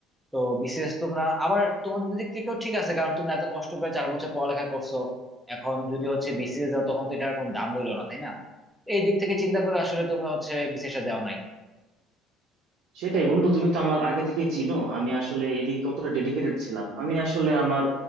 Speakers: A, in the centre; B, on the right.
A: তো বিসিএস তোমরা আবার তোমাদের দিক থেকেও ঠিক আছে কারণ তোমরা এত কষ্ট করে চার বছর পড়ালেখা করছো এখন যদি হচ্ছে বিসিএস দাও তখন তো এটার কোনো দাম রইলো না তাই না এই দিক থেকে চিন্তা করে আসলে তোমরা হচ্ছে বিসিএস টা দেও নাই
B: সেটাই বন্ধু তুমি তো আমার আগে থেকেই চিনো আমি আসলে এদিকে কতটা ডেডিকেটেড ছিলাম আমি আসলে আমার